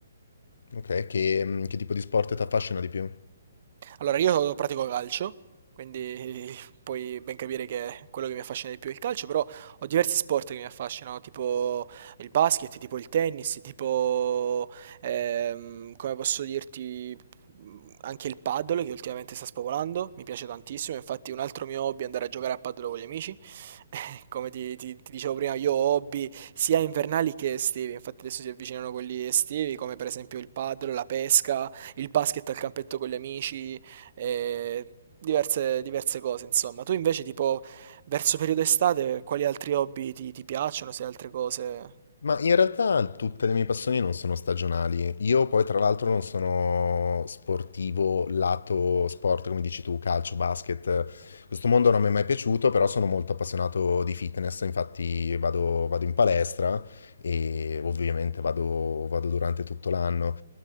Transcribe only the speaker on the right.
Allora, io pratico calcio, quindi <laughs> puoi ben capire che quello che mi affascina di più è il calcio, però ho diversi sport che mi affascinano, tipo il basket, tipo il tennis, tipo, ehm, come posso dirti, mm, anche il paddle che ultimamente sta spopolando, mi piace tantissimo, infatti un altro mio hobby è andare a giocare a paddle con gli amici. <laughs> Come ti, ti- ti dicevo prima, io ho hobby sia invernali che estivi, infatti adesso si avvicinano quelli estivi, come per esempio il paddle, la pesca, il basket al campetto con gli amici, e diverse, diverse cose, insomma. Tu invece, tipo, verso periodo estate, quali altri hobby ti, ti piacciono? Se altre cose...